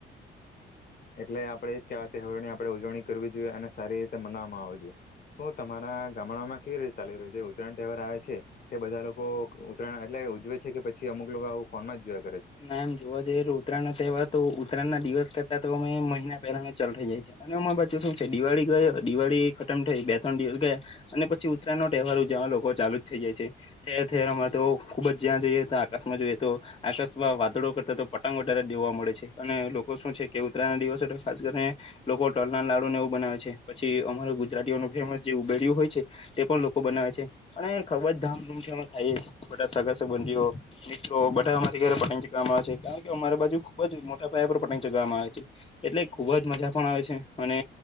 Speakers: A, on the left; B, on the left.
A: એટલે આપડે એ જ કેવાય તહેવારોની આપડે ઉજવણી કરવી જોઈએ અને સારી રીતે મનાવામાં આવ જોઈએ શું તમારા ગામડામાં કેવી રીતે ચાલી રહ્યું છે ઉત્તરાયણ તહેવાર આવે છે તે બધા લોકો ઉત્તરાયણ એટલે ઉજવે છે કે પછી અમુક લોકો આવું ફોનમાં જ જો
B: ના એમ જોવા જઈ ઉતરાયણ તહેવાર તો ઉતરાયણ ના દિવસ કરતા તો અમે મહિના પહેલા ચાલુ થઈ જાય છે અને અમારી બાજુ શું છે દિવાળી ગયો દિવાળી ખતમ થઈ બે ત્રણ દિવસ ગયા અને પછી ઉત્તરાયણ નો તહેવાર ઉ જ લોકો ચાલુ જ થઈ જાય છે ઠેર ઠેર અમારે તો ખુબ જ્યાં જોઈએ તો આકાશમાં જોઈએ તો આકાશ વાદળો કરતા તો પટગ વધારે જોવા મળે છે અને લોકો શું છે કે ઉત્તરાયણ ના દિવસ ખાસ કરીને લોકો ટલના લાડુ ને એવું બનાવે છે પછી અમારા ગુજરાતીઓનું ફેમસ જે ઉબેડું હોય છે તે પણ લોકો બનાવે છે અને ખબ જ ધામધૂમથી અમે ખાઈએ છીએ બધા સગા સંબંધીઓ મિત્રો બધા પતંગ ચગવામાં આવે છે કારણ કે અમારી બાજુ ખુબ જ મોટા પયાે પર પતંગ ચગાવવામાં આવે છે એટલે ખુબ જ મજા પણ આવે છે અને